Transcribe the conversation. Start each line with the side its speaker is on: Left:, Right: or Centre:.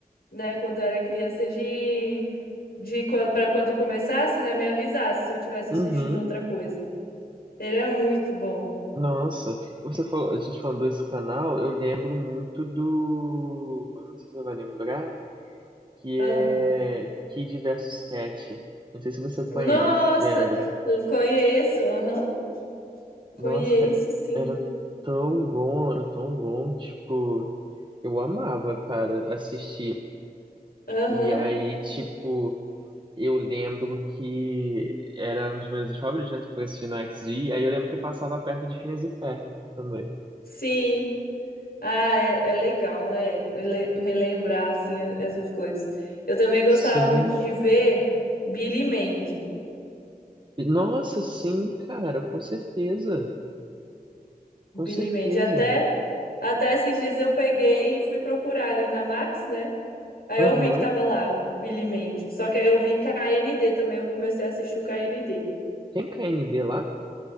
Left: né, quando eu era criança, de, de quando, para quando começasse, né, me avisasse se eu tivesse
Right: Uhum.
Left: assistindo outra coisa. Ele é muito bom.
Right: Nossa, você falou, a gente falando desse canal, eu lembro muito do. eu Não sei se você vai lembrar, que
Left: Ah.
Right: é Kid versus Cat. Não sei se você conhece,
Left: Nossa,
Right: lembra?
Left: conheço, aham, conheço,
Right: Nossa, cara,
Left: sim.
Right: era tão bom, era tão bom, tipo. Eu amava, cara, assistir.
Left: Aham,
Right: E aí, tipo, eu lembro que era um dos meus favoritos, né, pra assistir no XD. E aí eu lembro que passava perto de Phineas e Ferb também.
Left: sim. Ah, é, é legal, né, rele- relembrar, assim, e- essas coisas. Eu também gostava
Right: Sim.
Left: muito de ver Billy Mandy.
Right: Nossa, sim, cara, com certeza.
Left: Billy
Right: Com certeza.
Left: Mandy, até. Até esses dias eu peguei e fui procurar ali na Max, né? Aí
Right: Aham.
Left: eu vi que tava lá o Billy Mandy. Só que aí eu vi KND também, eu comecei a assistir o KND.
Right: Tem K N D lá?